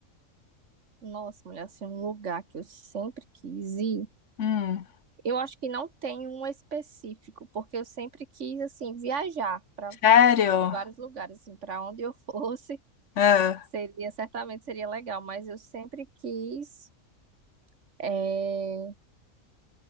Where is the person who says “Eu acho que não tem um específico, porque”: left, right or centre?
Right